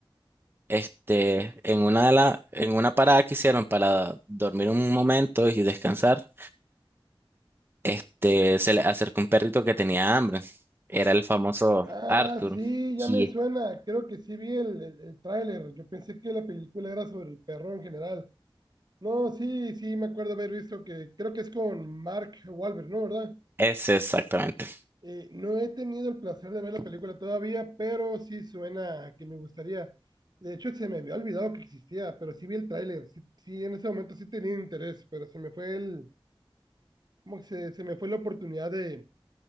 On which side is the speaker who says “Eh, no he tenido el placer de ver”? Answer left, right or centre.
Right